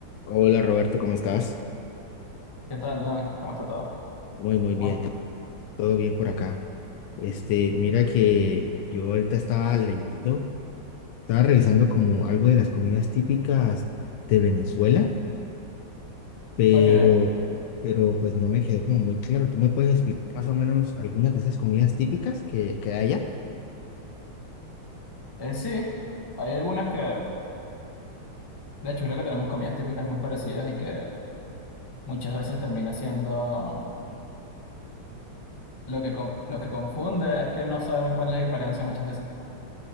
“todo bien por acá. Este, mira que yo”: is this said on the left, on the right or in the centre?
Left